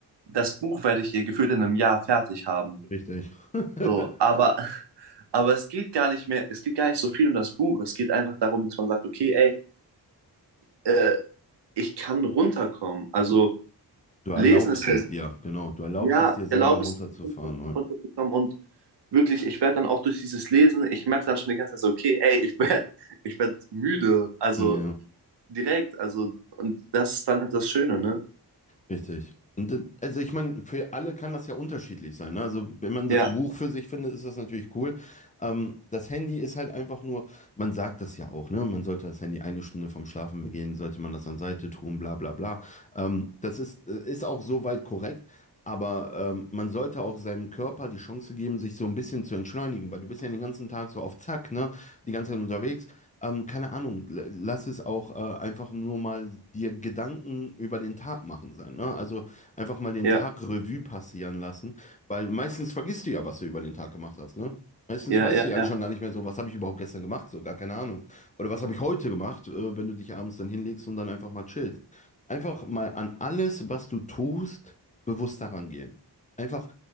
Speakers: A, on the right; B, on the left.
A: Das Buch werde ich ihr gefühlt in einem Jahr fertig haben.
B: richtig. <laughs>
A: So, aber, <laughs> aber es geht gar nicht mehr, es geht gar nicht so viel um das Buch. Es geht einfach darum, dass man sagt, okay, ey, äh, ich kann runterkommen. Also
B: Du erlaubst
A: lesen ist ja
B: es
A: so,
B: dir, genau. Du erlaubst
A: ja,
B: es dir
A: ich
B: selber
A: erlaube
B: runterzufahren.
A: es, mir, runter-
B: ne?
A: runterzukommen und wirklich, ich werde dann auch durch dieses Lesen, ich merke dann schon die ganze Zeit so, okay, ey, ich werde ich werd müde. Also
B: Ja.
A: direkt, also, und das ist dann halt das Schöne, ne?
B: Richtig. Und dann, also ich meine, für alle kann das ja unterschiedlich sein. Ne? Also wenn man das
A: Ja,
B: Buch für sich findet, ist das natürlich cool. Ähm, das Handy ist halt einfach nur, man sagt das ja auch, ne? Man sollte das Handy eine Stunde vorm Schlafen gehen, sollte man das an Seite tun, bla bla bla. Ähm, das ist, äh, ist auch soweit korrekt. Aber ähm, man sollte auch seinem Körper die Chance geben, sich so ein bisschen zu entschleunigen, weil du bist ja den ganzen Tag so auf Zack, ne? Die ganze Zeit unterwegs. Ähm, keine Ahnung, l- lass es auch äh, einfach nur mal dir Gedanken über den Tag machen sein, ne? Also einfach mal den
A: ja,
B: Tag Revue passieren lassen, weil meistens vergisst du ja, was du über den Tag gemacht hast, ne? Meistens
A: ja,
B: weißt
A: ja,
B: du ja
A: ja,
B: schon gar nicht mehr so, was habe ich überhaupt gestern gemacht, so gar keine Ahnung. Oder was habe ich heute gemacht, äh, wenn du dich abends dann hinlegst und dann einfach mal chillst. Einfach mal an alles, was du tust, bewusst daran gehen. Einfach